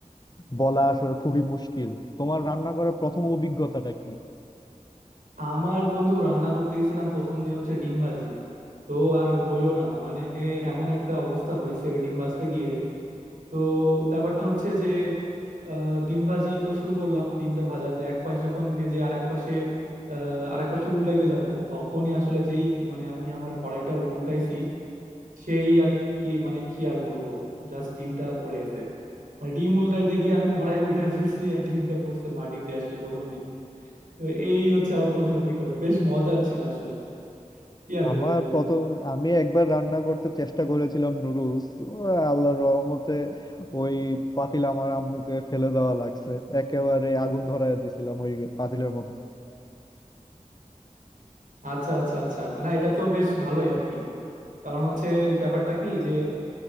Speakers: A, on the left; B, on the right.
A: বলা আসলে খুবই মুশকিল তোমার রান্না করার প্রথম অভিজ্ঞতাটা কি
B: আমার বন্ধু রান্না করতে গেছিলাম প্রথম দিন হচ্ছে ডিম ভাজি তো আর বইলো না মানে এমন একটা অবস্থা হয়েছে ওই ডিম ভাজতে গিয়ে তো ব্যাপারটা হচ্ছে যে আহ, ডিম ভাজি তো শুরু করলাম ডিমটা ভাজা তো এক পাশ যখন ভেজে আর এক পাশে আহ, আর এক পাশটা উল্টাইতে যাব তখনই আসলে যেই মানে আমি আমার কড়াইটা উল্টাইছি সেই আর কি মানে কি আর বলবো জাস্ট ডিমটা পড়ে গেছে মানে ডিম উল্টাইতে গিয়ে আমি কড়াই উল্টাই ফেলছি আর ডিমটা পড়ছে মাটিতে আসলে প্রথম দিন তো এই হচ্ছে আমার প্রথম দিন অভিজ্ঞতা বেশ মজার ছিল আসলে কি আর
A: আমার
B: বলবো বলো
A: প্রথম আমি একবার রান্না করতে চেষ্টা করেছিলাম নুডলস আল্লাহর রহমতে ওই পাতিল আমার আম্মুকে ফেলে দেওয়া লাগছে একেবারে আগুন ধরায় দিছিলাম ওই পাতিলের মধ্যে
B: আচ্ছা আচ্ছা আচ্ছা না এটা তো বেশ ভালোই আর কি কারণ হচ্ছে ব্যাপারটা কি যে